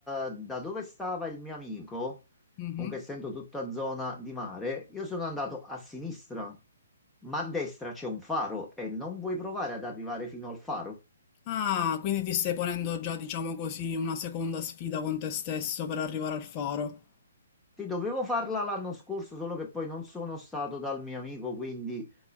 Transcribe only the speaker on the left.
Mhm.
Ah, quindi ti stai ponendo già, diciamo così, una seconda sfida con te stesso per arrivare al faro.